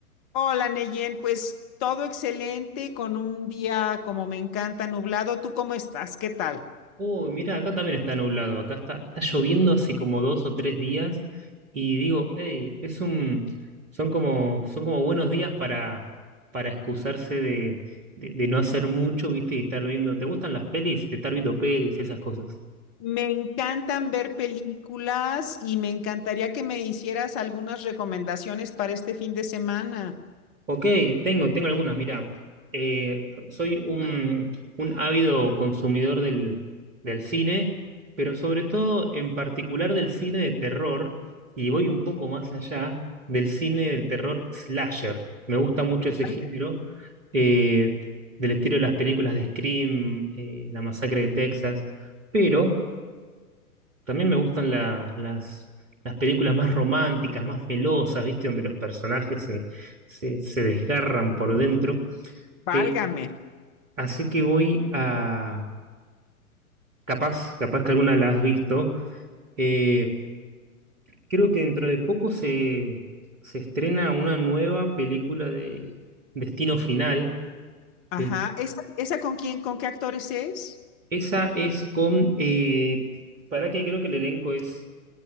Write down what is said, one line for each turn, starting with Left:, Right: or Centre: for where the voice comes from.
Left: Hola, Neyen, pues todo excelente, con un día como me encanta, nublado. ¿Tú cómo estás? ¿Qué tal?
Right: Uy, mira, acá también está nublado, acá está, está lloviendo hace como dos o tres días y digo, hey, es un, son como, son como buenos días para, para excusarse de, de- de no hacer mucho, ¿viste? Y estar viendo, ¿te gustan las pelis? De estar viendo pelis, esas cosas.
Left: Me encantan ver películas y me encantaría que me hicieras algunas recomendaciones para este fin de semana.
Right: Ok, tengo, tengo algunos. Mira, eh, soy un, un ávido consumidor del, del cine, pero sobre todo en particular del cine de terror, y voy un poco más allá del cine del terror slasher. Me gusta mucho ese género,
Left: Valga-
Right: eh, del estilo de las películas de Scream, eh, La Masacre de Texas, pero también me gustan la- las, las películas más románticas, más velosas, ¿viste? Donde los personajes se, se, se desgarran por dentro.
Left: Válgame.
Right: Eh, así que voy a... Capaz, capaz que alguna la has visto. Eh, creo que dentro de poco se, se estrena una nueva película de Destino Final.
Left: Ajá.
Right: Eh,
Left: ¿Esa, esa con quién, con qué actores es?
Right: esa es con... eh, para que creo que el elenco es,